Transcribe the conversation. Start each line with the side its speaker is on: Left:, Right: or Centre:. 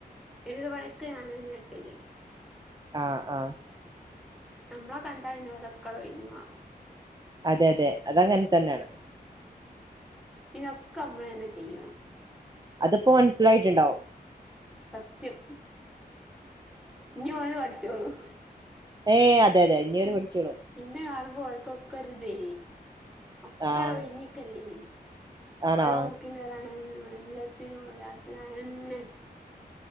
Centre: പെരീതെ പണിക്കെ ഞാനന്നെ ഇട്ക്കല്
Right: ആഹ് ആഹ്
Centre: നമ്മ്ളെ കണ്ടാ ഓലക്കണ്ട് ഒഴ്ഞ്ഞു മാറും
Right: അതെ അതെ അതങ്ങനെ തന്നേണ്
Centre: ഇനൊക്കെ ഞമ്മളെന്നെ ചെയ്യണം
Right: അതിപ്പൊ മൻസ്സിലായിട്ട്ണ്ടാവും
Centre: ഏഹ് സത്യം. ഇഞ്ഞി ഓന് പഠ്ച്ചോളും
Right: ഏയ് അതെ അതെ ഇഞിവര് പഠ്ച്ചോളും
Centre: ഇന്നെ കാണുമ്പൊ ഓൽക്കൊക്കര്തെ ഒക്കണ്ട്
Right: ആഹ്
Centre: ഒഴിഞിക്കല്ലെയ്നു
Right: ആണോ
Centre: വള്ളമുക്കിത്തരാണ് എല്ലത്തിനും ലാസ്‌റ്റ് ഞാനെന്നെ.